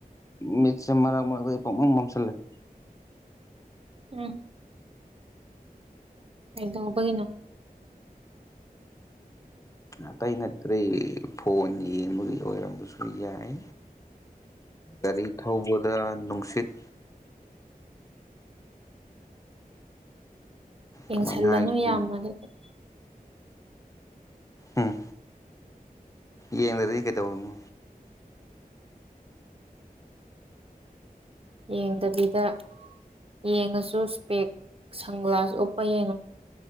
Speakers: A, on the left; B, on the right.
A: ꯃꯤꯆ ꯃꯔꯔꯒꯒ ꯎ ꯃꯝꯁꯜ ꯂꯩꯦ
B: ꯎꯝ ꯀꯩꯗ ꯍꯕꯒꯤꯅ
A: ꯑꯇꯩ ꯅꯠꯇꯦ ꯐꯣꯟ ꯌꯦꯡꯕꯒꯤ ꯑꯣꯏꯔꯝꯕꯁꯨ ꯌꯥꯏ ꯒꯥꯔꯤ ꯊꯧꯕꯗ ꯅꯨꯡꯁꯤꯠ
B: ꯌꯦꯡꯁꯜꯂꯅꯨ
A: ꯀꯃꯥꯏꯅ ꯍꯥꯏꯒꯦ
B: ꯌꯥꯝꯅꯒꯗꯤ
A: ꯎꯝ ꯌꯦꯡꯗ꯭ꯔꯗꯤ ꯀꯩꯗꯧꯅꯣ
B: ꯌꯦꯡꯗꯕꯤꯗ ꯌꯦꯡꯉꯁꯨ ꯏꯁꯄꯦꯛ ꯁꯟꯒ꯭ꯂꯥꯁ ꯎꯞꯄ ꯌꯦꯡꯉꯨ